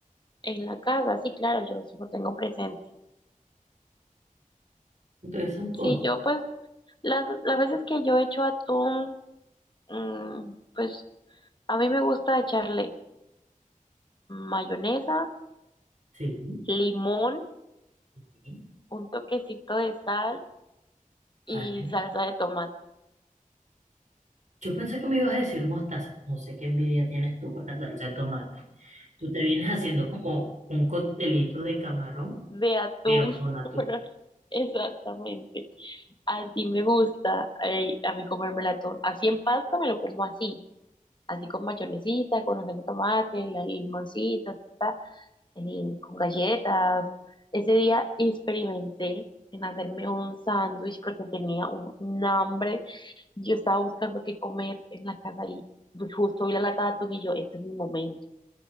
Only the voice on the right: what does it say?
Entonces son cosas.
Sí.
sí.
Vale.
Yo pensé que me ibas a decir mostaza. No sé qué envidia tienes tú con la salsa de tomate. Tú te vienes haciendo como un coctelito de camarón,
pero con
atún.